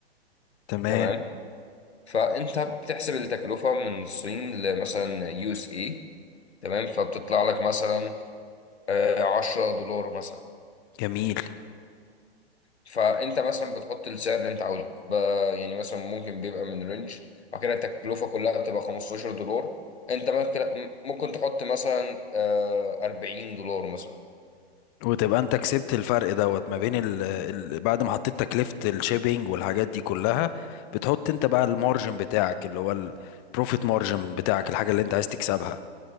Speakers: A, on the left (about 20°); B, on the left (about 80°).
A: تمام
B: تمام فأنت بتحسب التكلفة من الصين لمثلا يو اس اي تمام فبتطلع لك مثلا آه، 10 دولار مثلا
A: جميل
B: فانت مثلا بتحط السعر اللي انت عاوزه ب- يعني مثلا ممكن بيبقى من رينج بعد كده التكلفه كلها بتبقى 15 دولار انت ممكن ممكن تحط مثلا آه، 40 دولار مثلا
A: وتبقى انت كسبت الفرق دوت ما بين ال ال بعد ما حطيت تكلفة الشيبينج والحاجات دي كلها بتحط انت بقى المارجن بتاعك اللي هو البروفيت مارجن بتاعك الحاجة اللي انت عايز تكسبها